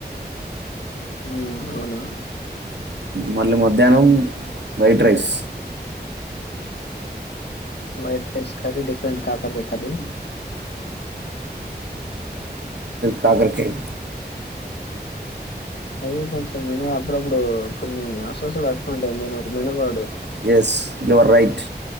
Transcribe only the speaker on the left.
ఉ అవునా
white rice curry different కాకర్ కాయ కర్రీ
అదే కొంచెం మేను అప్పుడప్పుడు కొన్ని అసోస్లు పట్టకుంటాయి మేనుకు మేనుగాడు